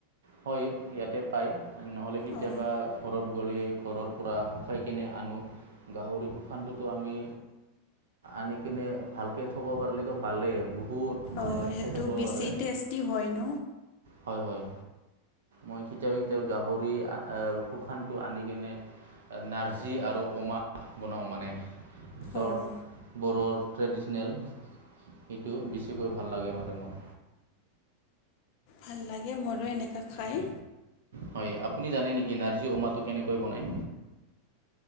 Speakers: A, on the right; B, on the left.
A: হয় ইয়াতে পায় নহ'লে কেতিয়াবা
B: অঁ
A: ঘৰত গ'লে ঘৰৰ পৰা শুকাই কিনে আনো গাহৰি শুশানটোতো আমি আনি কিনে ভালকে থব পাৰিলো ভালেই বহুত মানে
B: অঁ সেইটো
A: খাই থাকিব
B: বেছি
A: পাৰে
B: টেষ্টি হয় ন
A: হয় হয় মই কেতিাব কেতিাব গাহৰি শুশানটো আনি কিনে নাৰ্জি আৰু অমা বনাওঁ মানে চৰ্ট
B: অঁ
A: বৰৰ ট্ৰেডিচনেল এইটো বেছিকৈ ভাল লাগে মানে মই
B: ভাল লাগে মোৰো এনেকুৱা খাই
A: হয় আপুনি জানে নেকি নাৰ্জী অমাটো কেনেকৈ বনায়